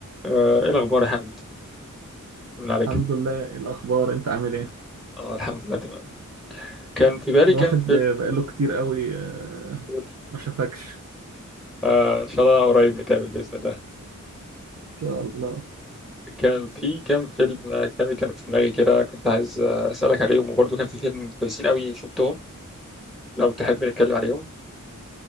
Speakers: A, in the centre; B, on the right.
A: آه، ايه الاخبار يا حمد من عليك
B: الحمد لله إيه الأخبار أنت عامل إيه؟
A: اه الحمد لله تمام كان في بالي
B: الواحد
A: كام فيلم
B: آه، بقاله كتير قوي آه،
A: قول.
B: ما شافكش
A: آه ان شاء الله قريب نتقابل باذن الله
B: إن شاء الله
A: كان في كام فيلم اجنبي كان في دماغي كده كنت عايز آه، اسالك عليهم وبرضه كان في فيلم كويسين قوي شفتهم لو تحب نتكلم عليهم